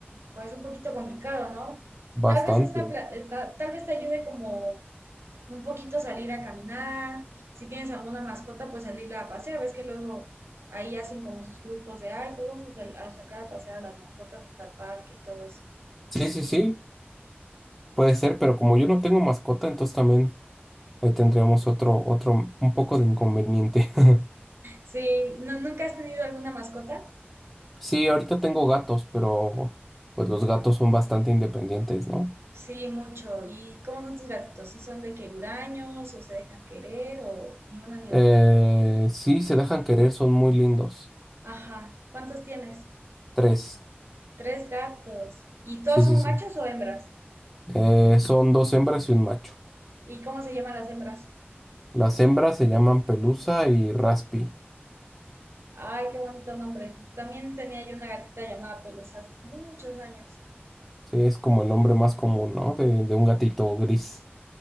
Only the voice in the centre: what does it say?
bastante.
Sí, sí, sí, puede ser, pero como yo no tengo mascota, entonces también ahí tendríamos otro, otro, un poco de inconveniente. <laughs>
Sí, ahorita tengo gatos, pero pues los gatos son bastante independientes, ¿no?
Eh,
sí, se dejan querer, son muy lindos.
Tres,
sí,
sí, sí.
Eh, son dos hembras y un macho.
Las hembras se llaman Pelusa y Raspi.
Sí, es como el nombre más común, ¿no? De, de un gatito gris.